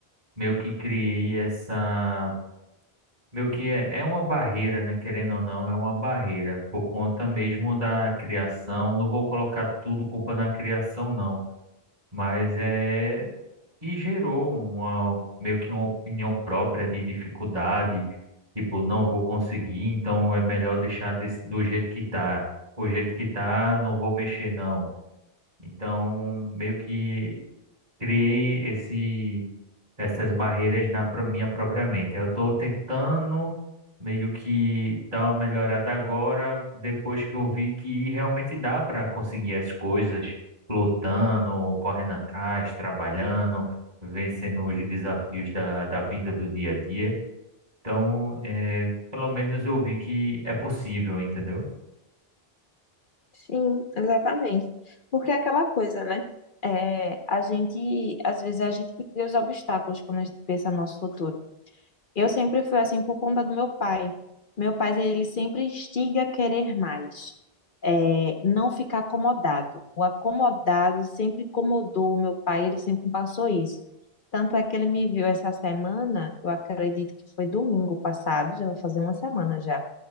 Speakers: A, on the right (about 40°); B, on the left (about 55°).
A: meio que criei essa. Meio que é, é uma barreira, né? Querendo ou não, é uma barreira. Por conta mesmo da criação. Não vou colocar tudo culpa na criação, não. Mas é e gerou uma meio que uma opinião própria de dificuldade, tipo, não vou conseguir, então é melhor deixar desse- do jeito que tá. O jeito que tá, não vou mexer não. Então, meio que criei esse essas barreiras na pro- minha própria mente. Eu estou tentando meio que dar uma melhorada agora, depois que eu vi que realmente dá para conseguir as coisas lutando, correndo atrás, trabalhando, vencendo os desafios da, da vida do dia a dia. Então, é, pelo menos eu vi que é possível, entendeu?
B: Sim, exatamente. Porque é aquela coisa, né? É, a gente, às vezes, é a gente que cria os obstáculos quando a gente pensa no nosso futuro. Eu sempre fui assim por conta do meu pai. Meu pai, ele sempre instiga a querer mais. É, não ficar acomodado. O acomodado sempre incomodou o meu pai, ele sempre passou isso. Tanto é que ele me viu essa semana, eu acredito que foi domingo passado, já vai fazer uma semana já.